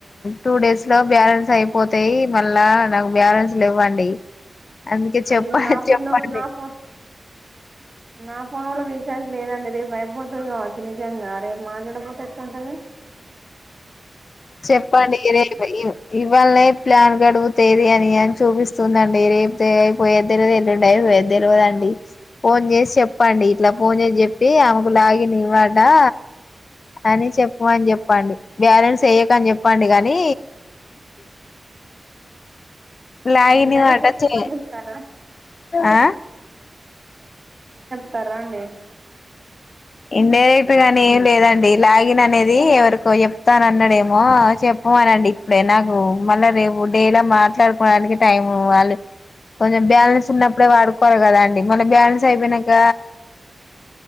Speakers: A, on the left (about 60°); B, on the right (about 40°).
A: టూ డేస్ లో బ్యాలెన్స్ అయిపోతాయి. మళ్ళా నాకు బ్యాలెన్స్ లేవుండి. అందుకే
B: అయ్యో
A: చెప్పాలి
B: నా ఫోన్
A: చెప్పండి.
B: లో నా ఫోన్ నా ఫోన్ కూడా రీఛార్జ్ లేదండి. రేపు అయిపోతుంది కావచ్చు నిజంగా రేపు మాట్లాడపోతే ఎట్లాంటది.
A: చెప్పండి ఇగ రేపే ఇవ్వాలనే నైట్ ప్లాన్ గడుపుతేది అని అని చూపిస్తుందండి. రేపు అయిపోయేది తెల్వది. ఏలూండి పోయ తెలియదుండి ఫోన్ చేసి చెప్పండి ఇట్లా ఫోన్ చేసి చెప్పి ఆమెకు లాగిన్ ఇవ్వడా అని చెప్పమని చెప్పండి బ్యాలెన్స్ వేయకపోతే అని చెప్పండి గానీ, లైని
B: ఇండైరెక్ట్
A: మాట
B: గా
A: చె
B: ఏమని చెప్తారా
A: ఆ
B: తారండి
A: ఇన్ డైరెక్ట్ గాని ఏం లేదండి లాగిన్ అనేది ఎవరికో చెప్తాన అన్నాడేమో చెప్పమనండి ఇప్పుడే నాకు మళ్ళా రేపు డేలా మాట్లాడుకోడానికి టైం వాళ్ళు కొంచెం బ్యాలన్స్ ఉన్నపు ఇప్పుడే వాడుకోవాలి కదా అండి మళ్ళ బ్యాలెన్స్ అయిపోయినంక